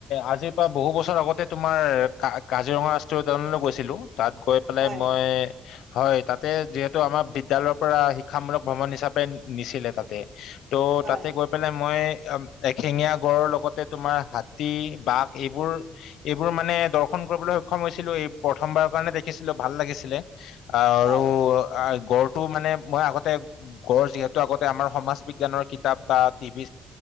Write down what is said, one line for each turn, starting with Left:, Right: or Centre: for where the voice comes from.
Left: আজিৰ পৰা বহু বছৰ আগতে তোমাৰ ক ক কাজিৰঙা ৰাষ্ট্ৰীয় উদ্যানলৈ গৈছিলো। তাত গৈ পেলাই
Right: হয়
Left: মই হয় তাতে যিহেতু আমাৰ বিদ্যালয়ৰ পৰা শিক্ষামূলক ভ্ৰমণ হিচাপে নিছিলে তাতে। ত'
Right: হয়
Left: তাক মই এহেঙীয়া গড় লগতে তোমাৰ হাতী বাঘ এইবোৰ এইবোৰ মানে দৰ্শন কৰিবলৈ সক্ষম হৈছিলো। এই প্ৰথমবাৰৰ কাৰণে দেখিছিলো ভাল লাগিছিলে। আৰু
Right: হয়
Left: গড় টো মানে মই আগতে গড় যিহেতু আগতে আমাৰ সমাজ বিজ্ঞানৰ কিতাপ টিভি